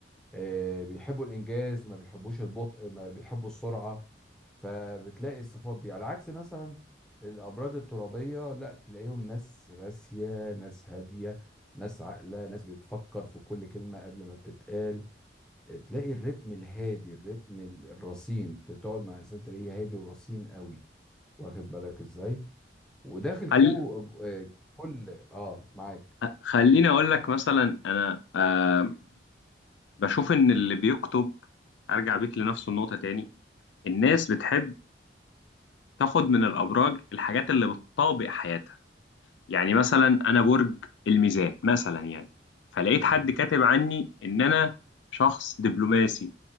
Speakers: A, in the centre; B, on the left (about 80°).
A: آه، بيحبوا الانجاز ما بيحبوش البطء ما بيحبوا السرعه فبتلاقي الصفات دي على عكس مثلا الابراج الترابيه لا تلاقيهم ناس راسيه ناس هاديه ناس عاقله ناس بتفكر في كل كلمه قبل ما بتتقال تلاقي الريتم الهادي الريتم الرصين تقعد مع انسان تلاقيه هادي ورصين قوي واخد بالك ازاي وداخل كو
B: هل
A: آه، كل اه معاك
B: خليني اقول لك مثلا انا آه بشوف ان اللي بيكتب ارجع بيك لنفس النقطه تاني الناس بتحب تاخد من الابراج الحاجات اللي بتطابق حياتها يعني مثلا انا برج الميزان مثلا يعني فلقيت
A: تمام
B: حد كاتب عني ان انا شخص دبلوماسي